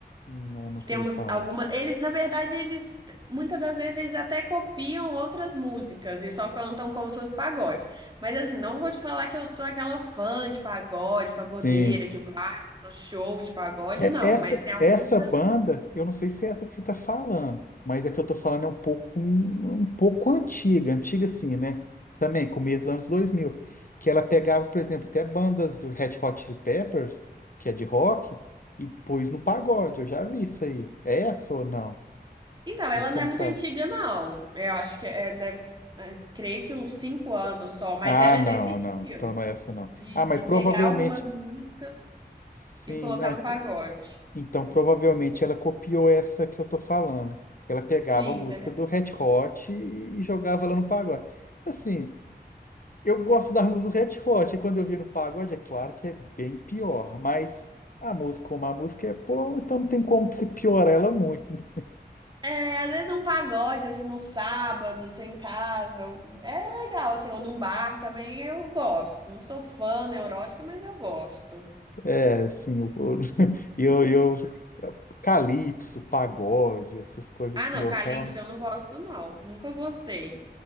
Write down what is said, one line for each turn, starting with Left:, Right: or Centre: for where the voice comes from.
Left: Hum, eu nunca
Right: que Temos
Left: vi falar.
Right: alguma. Eles, na verdade, eles. Muitas das vezes eles até copiam outras músicas e só cantam como se fosse pagode. Mas assim, não vou te falar que eu sou aquela fã de pagode, pagodeira,
Left: Sim.
Right: que vai no show de pagode,
Left: É,
Right: não.
Left: Essa,
Right: Mas tem algumas
Left: essa
Right: assim.
Left: banda, eu não sei se é essa que você está falando, mas a que eu estou falando é um pouco, um, um pouco antiga, antiga assim, né? Também, começo dos anos 2000 que ela pegava, por exemplo, até bandas do Red Hot Chili Peppers, que é de rock, e pôs no pagode, eu já vi isso aí. É essa ou não?
Right: Então,
Left: Ou
Right: ela
Left: você
Right: não
Left: não
Right: é muito
Left: sabe?
Right: antiga, não. Eu acho que é, deve, é, creio que uns cinco anos só, mas
Left: Ah,
Right: ela é
Left: não,
Right: nesse estilo,
Left: não, então não é essa não.
Right: de,
Left: Ah, mas
Right: de
Left: provavelmente,
Right: pegar algumas músicas
Left: sim,
Right: e colocar
Left: não,
Right: no pagode.
Left: Então, provavelmente ela copiou essa que eu tô falando. Ela pegava
Right: Sim,
Left: a música
Right: deve
Left: do Red Hot e, e jogava lá no pagode. Assim, eu gosto da música do Red Hot, e quando eu vi no pagode, é claro que é bem pior, mas a música, como a música é boa, então não tem como você piorar ela muito. né?
Right: É, às vezes um pagode, assim, no sábado, sem casa. ou- É legal, assim, ou num bar também eu gosto. Não sou fã neurótica, mas eu gosto.
Left: É, é, assim, eu, <laughs> eu, eu, eu- calypso, pagode, essas coisas
Right: Ah,
Left: assim,
Right: não,
Left: eu
Right: Calypso
Left: realmente.
Right: eu não gosto, não. Nunca gostei.